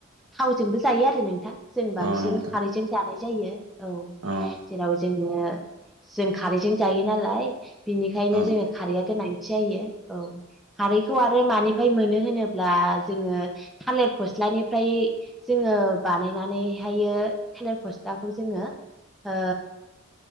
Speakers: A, in the centre; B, on the right.
A: थावजोंबो जायो आरो नोंथां जों बांसिन
B: ओं नोंथां
A: खारैजों जानाय जायो। औ
B: ओं
A: जेराव जोंझे जों खारैजों जायो नालाय बिनिखायनो
B: ओं
A: जोङो खारैया गोनांथि जायो। औ खारैखौ आरो मानिफ्राय मोनो होनोब्ला जोङो थालिर फस्लानिफ्राय जोङो बानायनानैहायो थालिर फस्लाखौ जोङो ओ